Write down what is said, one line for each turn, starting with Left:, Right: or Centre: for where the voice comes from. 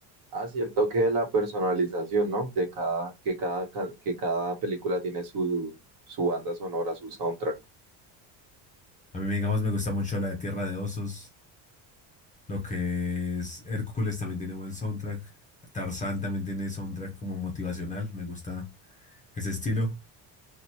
Right: Ah, sí, el toque de la personalización, ¿no? De cada, que cada, ca- que cada película tiene su, su banda sonora, su soundtrack.
Left: A mí, digamos, me gusta mucho la de Tierra de Osos. Lo que es Hércules también tiene buen soundtrack. Tarzán también tiene soundtrack como motivacional. Me gusta ese estilo.